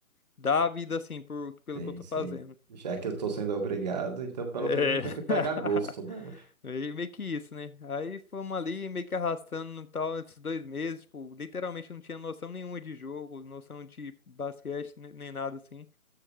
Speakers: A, on the left (about 85°); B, on the right (about 30°).
A: dar a vida assim por, pelo
B: Sim,
A: que eu tô
B: sim.
A: fazendo.
B: Já que eu tô sendo obrigado, então pelo
A: É,
B: menos eu tenho que pegar
A: <laughs>
B: gosto, né? mano?
A: meio meio que isso, né? Aí fomos ali, meio que arrastando e tal, esses dois meses, tipo, literalmente não tinha noção nenhuma de jogo, noção de basquete, ne- nem nada assim.